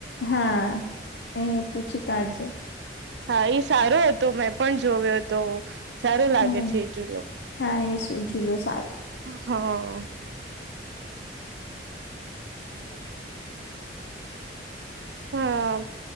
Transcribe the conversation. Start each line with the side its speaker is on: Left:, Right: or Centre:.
Left: હા અ પૂછી કાઢજે.
Right: હા એ સારો હતો મેં પણ જોવ્યો હતો સારું લાગે
Left: હમ
Right: છે એ જોુલો-'
Left: હા એ શું જુલો સારો હતો
Right: હા. <inaudible> હા